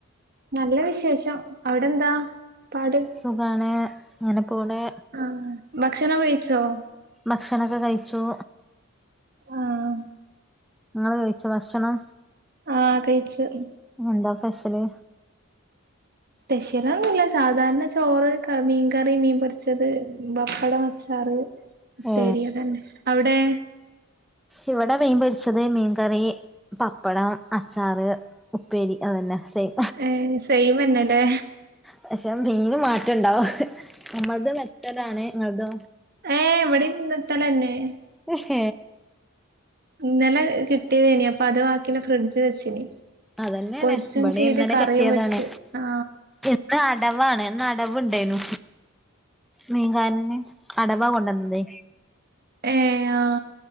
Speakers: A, on the right; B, in the centre.
A: നല്ല വിശേഷം അവിടെ എന്താ പാട്
B: സുഖമാണ് അങ്ങനെപ്പോൂടെ
A: ആ ഭക്ഷണം കഴിച്ചോ
B: ഭക്ഷണൊക്കെ കഴിച്ചു
A: ആഹ്
B: നിങ്ങള് കഴിചോ ഭക്ഷണം
A: ആഹ കഴച്ച്
B: എന്താ സ്പെഷ്യല്
A: സ്പെഷ്യലൊന്നും ഇല്ല സാധാരണ ചോറ് മീൻകറി മീൻ പൊരിച്ചത് പപ്പടം അച്ചാറ് ഉപ്പേരി
B: ഏ
A: അതേനെ അവിടെ
B: ഇവിടെ മീൻ പൊരിച്ചത് മീൻകറിെ പപ്പടം അച്ചാറ് ഉപ്പേരി അതന്നെ സ
A: ഏ സൈമന്നെല്ലേ
B: പക്ഷെ മീൻ മാറ്റം ഉണ്ടാവും നമ്മൾത് ബെത്തല് നിങ്ങൾ തോ
A: ഏ എവിടെയും ബേത്തൽ താനെ
B: ഹഹ
A: ഇന്നലെ കിട്ടിയത് എനി അപ്പൊ അത് ബാക്കി ഫ്രിഡ്ജ് വെച്ചിനി
B: അതന്നെയാണ്
A: പൊരിച്ചും
B: ഇവിടെ
A: ചെയ്ത്
B: ഇന്നലെ
A: കറിയും
B: കെട്ടിയതാണ്
A: വെച്ച് ആ
B: ഇന്ന് അടവാണ് അടവുണ്ടായിനു മീൻകാരന് അടവാ കൊണ്ടുവന്നേ
A: ഏ ആ